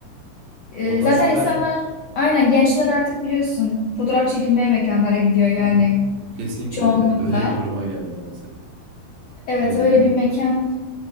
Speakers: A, on the left; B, on the right.
A: Ee,
B: Vallahi
A: zaten
B: süper.
A: insanlar aynen gençler artık biliyorsun fotoğraf çekilmeye mekanlara gidiyor yani
B: Hı hı. Kesinlikle
A: çoğunlukla.
B: evet evet. Öyle bir duruma geldi maalesef.
A: Evet
B: Ee,
A: öyle bir mekan